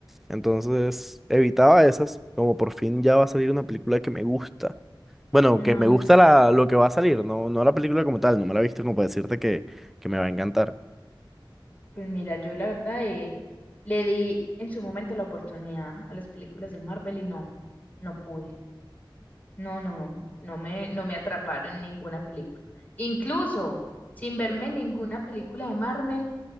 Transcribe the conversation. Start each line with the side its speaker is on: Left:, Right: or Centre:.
Centre: Entonces evitaba esas, como por fin ya va a salir una película que me gusta. Bueno,
Left: No,
Centre: que me
Left: pues,
Centre: gusta la, lo que va a salir, no, no la película como tal, no me la he visto como para decirte que, que me va a encantar.
Left: pues mira, yo la verdad eh, le di en su momento la oportunidad a las películas de Marvel y no, no pude. No, no, no me, no me atraparon en ninguna película. Incluso sin verme ninguna película de Marvel.